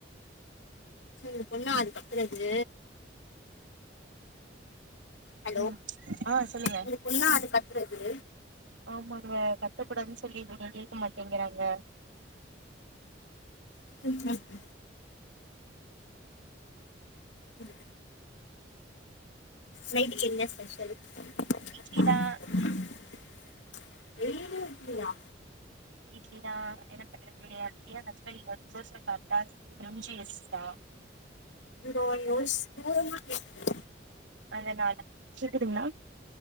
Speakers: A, on the left (about 80°); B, on the right (about 80°).
A: உங்க பொண்ணா அது கத்துறது ஹலோ
B: ம் ஆ சொல்லுங்க
A: உங்க பொண்ணா அது கத்துறது
B: ஆமா ங்க கத்தக்கூடாதுன் சொல்லின்ட்ருக்கே கேக்க மாட்டேங்கிறாங்க
A: ம் ம் ம் நைட்டுக்கு என்ன ஸ்பெஷல் <unintelligible>
B: இட்லிதா
A: இருக்கிலியா
B: இட்லி தா என்ன பண்றது எ எ ஹஸ்பண்ட்க்கு வந்து தோச சாப்
A: இதோ யோஸ்
B: <unintelligible>
A: தூரமா கேக்குது
B: அதநாள கேக்குதுங்ளா